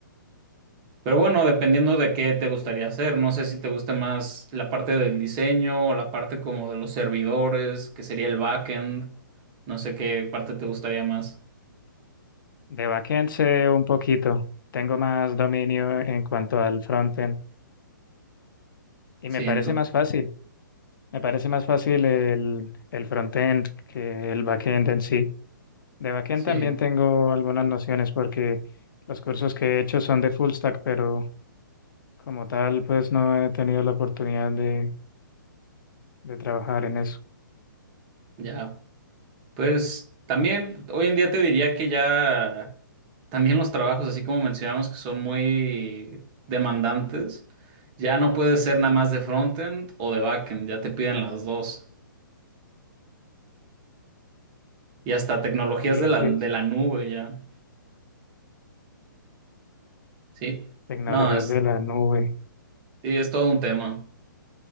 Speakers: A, on the right; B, on the left.
A: Pero bueno, dependiendo de qué te gustaría hacer, no sé si te gusta más la parte del diseño o la parte como de los servidores, que sería el backend, no sé qué parte te gustaría más.
B: de backend sé un poquito, tengo más dominio en cuanto al frontend y
A: Sí,
B: me parece
A: ento-
B: más fácil, me parece más fácil el, el frontend que el backend en sí. De backend
A: sí,
B: también tengo algunas nociones porque los cursos que he hecho son de full stack, pero como tal pues no he tenido la oportunidad de, de trabajar en eso.
A: ya. Pues también hoy en día te diría que ya también los trabajos, así como mencionamos, que son muy demandantes, ya no puede ser nada más de frontend o de backend, ya te piden las dos. Y hasta tecnologías
B: Y
A: de
B: así
A: la, de
B: es,
A: la nube, ya. Sí.
B: tecnologías
A: No, es
B: de la nube.
A: Sí, es todo un tema,